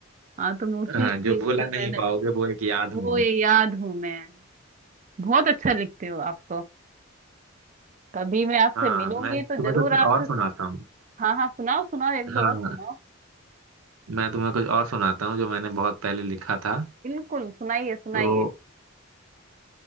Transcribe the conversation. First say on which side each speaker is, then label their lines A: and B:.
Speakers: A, on the right (about 35°); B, on the right (about 80°).
A: हाँ तुम उसी
B: हाँ
A: के
B: जो भुला
A: पे
B: नहीं
A: मैंने
B: पाओगे वो एक याद होंगे
A: वो ये याद हूँ मैं बहुत अच्छा लिखते हो आप तो कभी मैं आपसे
B: हाँ
A: मिलूंगी
B: मैं तुम्हें
A: तो जरूर
B: कुछ
A: आपसे
B: और सुनाता
A: सु-
B: हूँ
A: हाँ हाँ सुनाओ सुनाओ एक दो
B: हाँ
A: और सुनाओ
B: मैं तुम्हें कुछ और सुनाता हूँ जो मैंने बहुत पहले लिखा था
A: बिल्कुल सुनाइए सुनाइए
B: तो